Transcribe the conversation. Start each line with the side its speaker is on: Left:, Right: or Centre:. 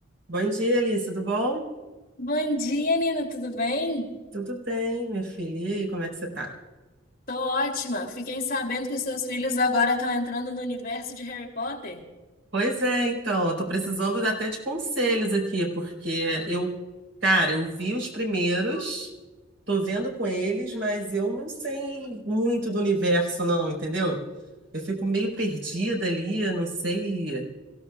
Right: Bom dia, Alice, tudo bom?
Left: Bom dia, Nina, tudo bem?
Right: Tudo bem, minha filha. E aí, como é que você tá?
Left: Tô ótima. Fiquei sabendo que os seus filhos agora estão entrando no universo de Harry Potter.
Right: Pois é, então, eu tô precisando de- até de conselhos aqui, porque eu, cara, eu vi os primeiros, tô vendo com eles, mas eu não sei muito do universo, não, entendeu? Eu fico meio perdida ali, eu não sei,